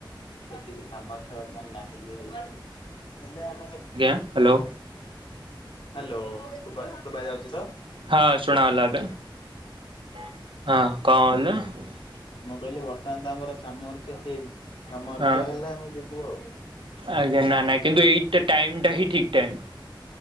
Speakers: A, on the left (about 75°); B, on the right (about 80°).
A: ସେତିକି ସାମର୍ଥ୍ୟ ବତ୍ରମାନେ ନାହିଁ ଯେ ହେଇ ହେଲେ ଆମେ
B: ଆଜ୍ଞା ହାଲୋ
A: ହାଲୋ ସୁବା-ସୁବାଯାଉଚି ତ?
B: ହଁ ଶୁଣାଗଲା ଏବେ। ହଁ କଣ କହିଲେ?
A: ମୁଁ କହିଲି ବର୍ତ୍ତମାନ ତ ଆମର ସାର୍ମଥ୍ୟ ହେଇନି। ସାର୍ମଥ୍ୟ
B: ହଁ
A: ହେଲେ ଆମେ ଯିବୁ ଆଉ।
B: ଆଜ୍ଞା ନା ନାଇଁ କିନ୍ତୁ ଏଇଟା ଟାଇମ୍